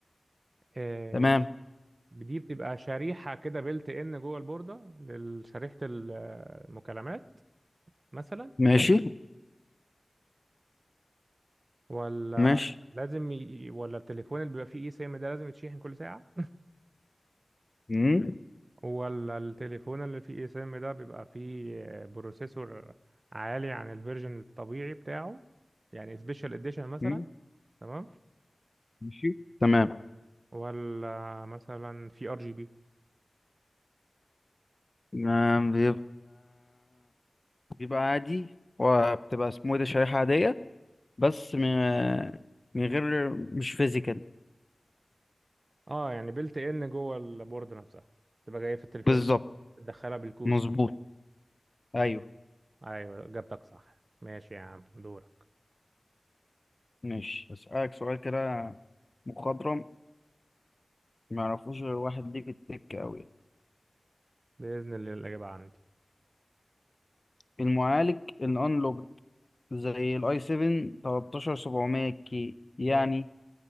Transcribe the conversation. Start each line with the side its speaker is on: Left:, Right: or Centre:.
Right: آه،
Left: تمام
Right: دي بتبقى شريحة كده بيلت ان جوه البوردة لشريحة المكالمات مثلا
Left: ماشي
Right: ولا
Left: ماشي
Right: لازم ي... ولا التليفون اللي بيبقى فيه اي سيم ده لازم يتشحن كل ساعة
Left: مم.
Right: ولا التليفون اللي فيه اي سيم ده بيبقى فيه بروسيسور عالي عن الفيرجن الطبيعي بتاعه يعني سبيشال اديشن مثلا
Left: مم،
Right: تمام
Left: ماشي تمام
Right: ولا مثلا في ار جي بي
Left: آه، بيبقى بيبقى عادي وبتبقى اسمه ايه ده شريحة عادية بس من من غير مش فيزيكال
Right: اه يعني بيلت ان جوه البوردة نفسها تبقى جاية في التليفون
Left: بالظبط
Right: تدخلها بالكود
Left: مظبوط ايوه
Right: ايوه اجابتك صح ماشي يا عم دورك
Left: ماشي اسألك سؤال كده مخضرم ما يعرفوش غير واحد ليه في التك قوي
Right: بإذن الله الإجابة عندي
Left: المعالج الانلوج زي الاي 7 13700 كي يعني
Right: مم.